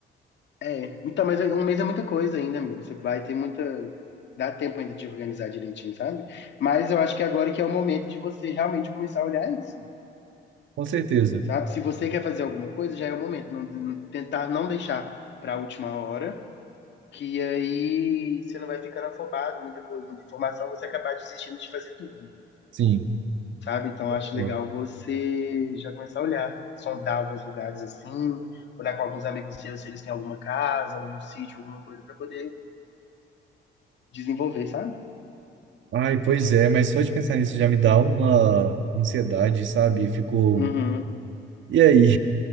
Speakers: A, on the left; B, on the right.
A: é. Então, mas um mês é muita coisa ainda, amigo. Você vai ter muita. Dá tempo ainda de organizar direitinho, sabe? Mas eu acho que agora que é o momento de você realmente começar a olhar isso,
B: Com certeza.
A: sabe? Se você quer fazer alguma coisa, já é o momento. Não, não- tentar não deixar para a última hora que aí você não vai ficando afobado, muita coisa, muita informação, você acabar desistindo de fazer tudo,
B: Sim.
A: sabe? Então acho
B: Pô.
A: legal você já começar a olhar, sondar alguns lugares assim, olhar com alguns amigos seus se eles têm alguma casa, algum sítio, alguma coisa pra poder desenvolver, sabe?
B: Ai, pois é, mas só de pensar nisso já me dá uma ansiedade, sabe? Ficou.
A: Uhum.
B: E aí,